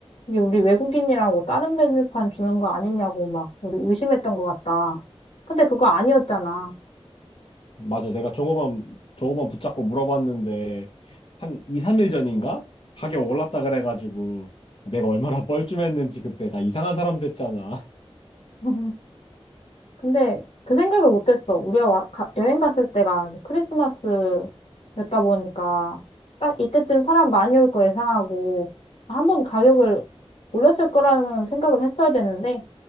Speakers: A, on the left; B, on the left.
A: 이게 우리 외국인이라고 다른 메뉴판 주는 거 아니냐고 막 우리 의심했던 것 같다. 근데 그거 아니었잖아.
B: 맞아. 내가 종업원, 종업원 붙잡고 물어봤는데, 한 2, 3일 전인가? 가격 올랐다 그래가지고, 내가 얼마나 뻘쭘했는지 그때 나 이상한 사람 됐잖아.
A: <laughs> 근데 그 생각을 못했어. 우리가 와- 가- 여행 갔을 때가 이제 크리스마스였다 보니까 딱 이때쯤 사람 많이 올 거 예상하고 한 번 가격을 올렸을 거라는 생각을 했어야 되는데